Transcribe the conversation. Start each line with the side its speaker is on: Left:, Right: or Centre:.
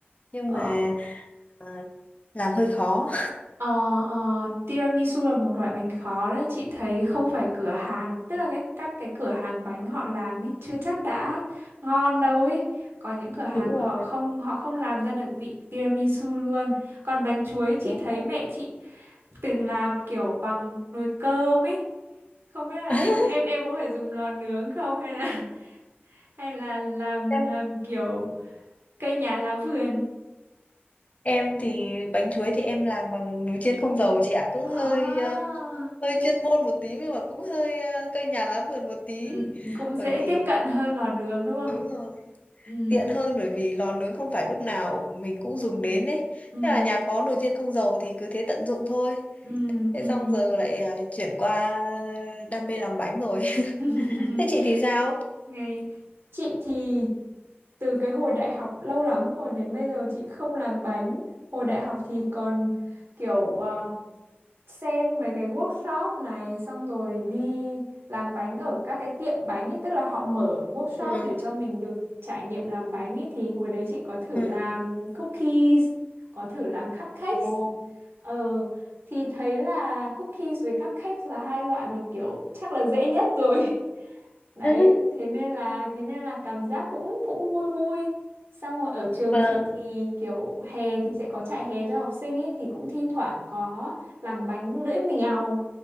Left: nhưng
Right: ờ,
Left: mà à, làm hơi khó.
Right: Ờ, ờ, tiramisu là một loại bánh khó đấy chị thấy không phải cửa hàng tức là cái các cái cửa hàng bánh họ làm ấy chưa chắc đã ngon đâu ấy có những cửa hàng
Left: Đúng rồi,
Right: họ không họ không làm ra được vị tiramisu luôn còn bánh chuối chị
Left: đúng
Right: thấy
Left: rồi.
Right: mẹ chị từng làm kiểu bằng nồi cơm ấy không biết là
Left: <laughs>
Right: em em em có phải dùng lò nướng không hay là <laughs> hay là làm
Left: Em
Right: làm kiểu cây nhà lá vườn
Left: Em thì bánh chuối thì em làm bằng nồi chiên không dầu chị ạ, cũng
Right: à.
Left: hơi ờ, hơi chuyên môn một tí nhưng mà cũng hơi ờ, cây nhà lá vườn một tí.
Right: Ừ, cũng dễ
Left: Bởi vì
Right: tiếp cận hơn lò nướng đúng không?
Left: đúng rồi,
Right: Ừ,
Left: tiện hơn bởi vì lò nướng không phải lúc nào mình cũng dùng
Right: Ừ.
Left: đến ấy.
Right: ừ,
Left: Thế là nhà có nồi chiên không dầu thì cứ thế tận dụng thôi.
Right: ừ,
Left: Thế
Right: ừ.
Left: xong giờ lại ờ, chuyển qua đam mê làm bánh rồi. <laughs>
Right: <laughs>
Left: Thế chị thì sao?
Right: Ngày chị thì từ cái hồi đại học lâu lắm rồi đến bây giờ chị không làm bánh. Hồi đại học thì còn kiểu ờ, xem mấy cái workshop này xong rồi đi làm bánh ở các cái tiệm bánh ý, tức là họ mở workshop
Left: Ừ.
Right: để cho mình được trải nghiệm làm bánh ý thì hồi đấy chị có thử
Left: Ừ.
Right: làm cookies, có thử làm cupcakes.
Left: Ồ.
Right: Ờ, thì thấy là cookies với cupcakes là hai loại mà kiểu chắc là dễ nhất rồi. <laughs> Đấy,
Left: <laughs>
Right: thế nên là thế nên là cảm giác cũng cũng vui vui. Xong rồi ở trường
Left: Vâng.
Right: chị thì kiểu hè thì sẽ có trại hè cho học sinh ấy thì cũng thi thoảng có làm bánh lưỡi mèo.